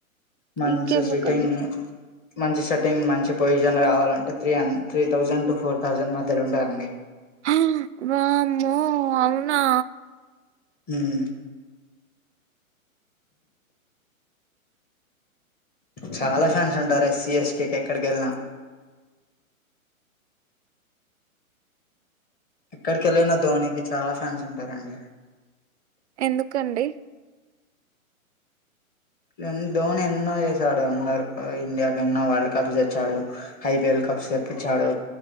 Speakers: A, on the left; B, on the right.
A: మంచి
B: ఇంకెందుకండి
A: సిట్టింగ్ మంచి సెట్టింగ్, మంచి పొజిషన్ల రావాలంటే త్రీ హన్ three thousand to four thousand మధ్యలో ఉంటదా అండి?
B: హా వామ్మో, అవునా?
A: హ్మ్ చాలా ఫ్యాన్స్ ఉంటారు ఎస్సీ ఎస్ కే ఎక్కడికి ఎళ్ళినా? ఎక్కడికి వెళ్ళిన ధోనికి చాలా ఫ్యాన్స్ ఉంటారండి.
B: ఎందుకండి?
A: నేన్ ధోని ఎన్నో చేసాడు అందర్ ఇండియాకి ఎన్నో వరల్డ్ కప్స్ తెచ్చాడు, ఐపిఎల్ కప్స్ తెప్పిచ్చాడు,